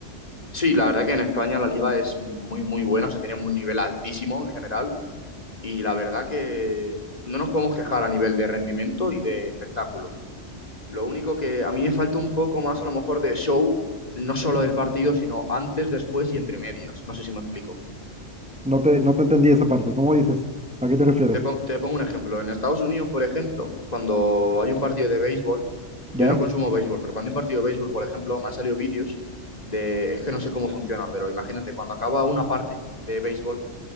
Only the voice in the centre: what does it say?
No te, no te entendí esa parte. ¿Cómo dices? ¿A qué te refieres?
¿Ya?